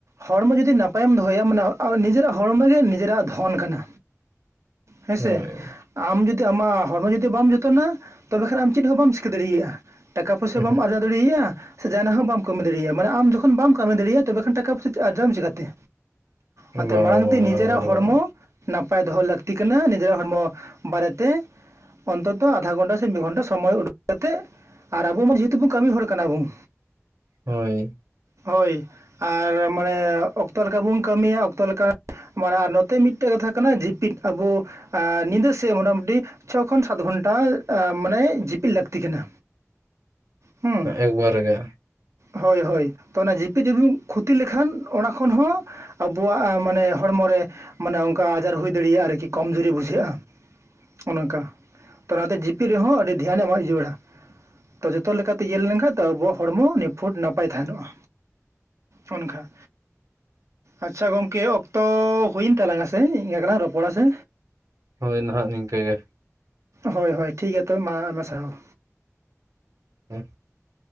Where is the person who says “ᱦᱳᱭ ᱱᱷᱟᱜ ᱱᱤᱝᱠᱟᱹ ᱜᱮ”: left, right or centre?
Right